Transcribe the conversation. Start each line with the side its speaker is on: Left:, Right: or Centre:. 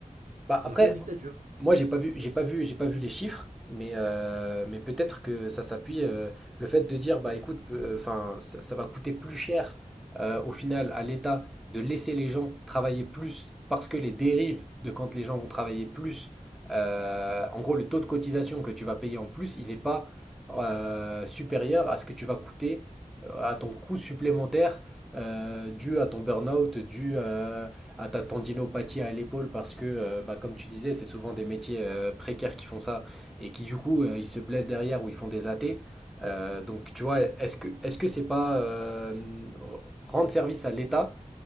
Right: C'est
Centre: Bah
Right: ce qu'on
Centre: après,
Right: appelle une dictature.
Centre: Moi, j'ai pas vu, j'ai pas vu, j'ai pas vu les chiffres, mais, euh, mais peut-être que ça s'appuie. euh, le fait de dire, bah écoute, enfin, ça, ça va coûter plus cher euh, au final à l'État de laisser les gens travailler plus parce que les dérives de quand les gens vont travailler plus, euh, en gros, le taux de cotisation que tu vas payer en plus, il n'est pas euh, supérieur à ce que tu vas coûter, euh, à ton coût supplémentaire euh, dû à ton burn-out, dû euh, à ta tendinopathie à l'épaule parce que, euh, bah, comme tu disais, c'est souvent des métiers euh, précaires qui font ça et qui, du coup, euh, ils se blessent derrière ou ils font des athées. Euh, donc, tu vois, est-ce que est-ce que c'est pas euh, r- rendre service à l'État